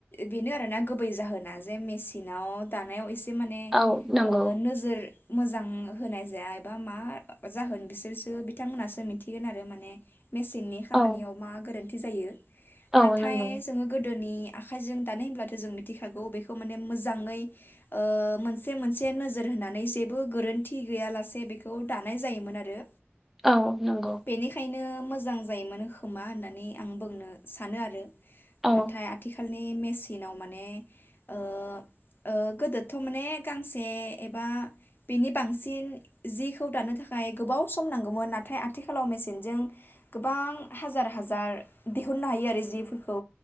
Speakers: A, on the left; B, in the centre.
A: बेनो आरोोना गुबै जाहोना जे मेचनाव दानाय एसे माने
B: औ नंगौ
A: नोजोर मोजां होनाय जाया एबा मा जाहोन बिसोरसो बिथांमोनासो मिथिगोन आरो माने मेसिननि खामानियाव
B: औ
A: मा गोरोन जायो
B: औ
A: नाथाय
B: नंगौ
A: जोङो गोदोनि आखाइजों दानाय होनब्लाथ' जों मिथिखागौ बेखौ माने मोजाङै मोनसे मोनसे नोजोर होनानै जेबो गोरोन्थि गैयालासे बेखौ दानाय जायोमोन आरो
B: औ नंगौ
A: बेनिखायनो मोजां जायोमोन खोमा होननानै आं बुंनो सानो आरो
B: औ
A: नाथाय आथिखाल आथिखालनि मेसिनाव माने ओ ओ गोदोथ' माने गांसे एबा बिनि बांसिन जिखौ दानो थाखाय गोबाव सम नांगौमोन नाथाय आथिखालाव मेसिनजों गोबां हाजार हाजार दिहुननो हायो आरो जेफोरखौ